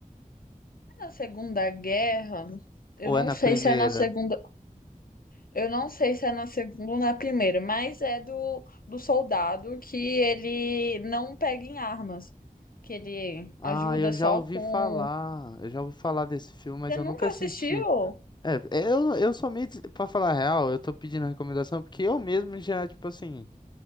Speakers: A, on the left; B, on the left.
A: Na Segunda Guerra, eu
B: Ou
A: não
B: é na
A: sei
B: primeira?
A: se é na Segunda Eu não sei se é na segunda ou na primeira, mas é do, do soldado que ele não pega em armas, que ele
B: Ah,
A: ajuda
B: eu
A: só
B: já ouvi
A: com.
B: falar. Eu já ouvi falar desse filme, mas
A: Você
B: eu
A: nunca
B: nunca assisti.
A: assistiu?
B: É, eu, eu sou meio. des- Pra falar a real, eu tô pedindo recomendação porque eu mesmo já, tipo assim,